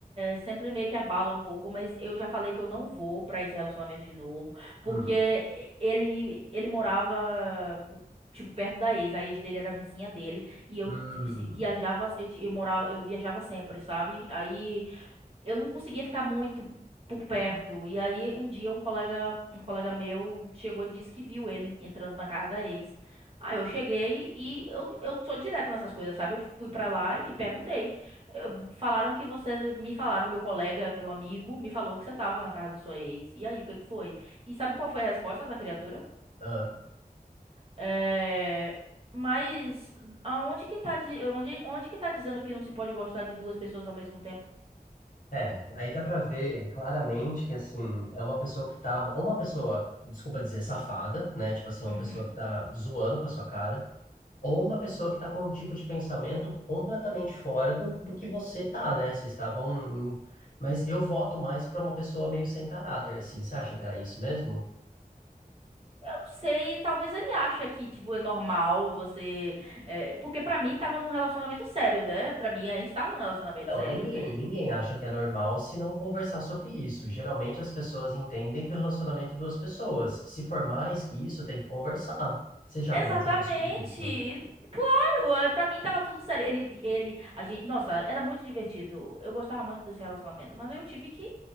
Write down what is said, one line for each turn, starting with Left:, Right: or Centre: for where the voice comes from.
Right: sempre meio que abala um pouco, mas eu já falei que eu não vou pra esse relacionamento de novo, porque
Left: Hum,
Right: ele ele morava com- tipo perto da ex, a ex dele era a vizinha dele e eu
Left: hum,
Right: vi- se- viajava, eu, ti- eu morava, eu viajava sempre, sabe? Aí eu não conseguia ficar muito por perto. E aí um dia um colega, um colega meu chegou e disse que viu ele entrando na casa da ex. Aí eu cheguei e eu, eu sou direta nessas coisas, sabe? Eu fui pra lá e perguntei. Eu- falaram que você, me falaram, meu colega, meu amigo, me falou que você tava na casa da sua ex. E aí, o que que foi? E sabe qual foi a resposta da criatura?
Left: ah.
Right: É, mas aonde que tá, di- onde, onde que tá dizendo que não se pode gostar de duas pessoas ao mesmo tempo?
Left: É, aí dá pra ver claramente que, assim, é uma pessoa que tava, ou uma pessoa, desculpa dizer, safada, né? Tipo assim, uma
Right: Uhum.
Left: pessoa que tá zoando com a sua cara, ou uma pessoa que tá com um tipo de pensamento completamente fora do, do que você tá, né? Vocês estavam... em- Mas eu voto mais pra uma pessoa meio sem caráter, assim. Você acha que era isso mesmo?
Right: Não sei, talvez ele ache que, tipo, é normal você. é, porque pra mim tava num relacionamento sério, né? Pra mim a gente tava num relacionamento
Left: Não,
Right: sério.
Left: ninguém, ninguém acha que é normal se não conversar sobre isso. Geralmente as pessoas entendem que o relacionamento é duas pessoas. Se for mais que isso, tem que conversar. Vocês já
Right: Exatamente!
Left: conversaram sobre isso?
Right: Claro! é, Pra mim tava tudo sério. Ele, vi- ele, a gente, nossa, era muito divertido. Eu gostava muito desse relacionamento, mas eu tive que.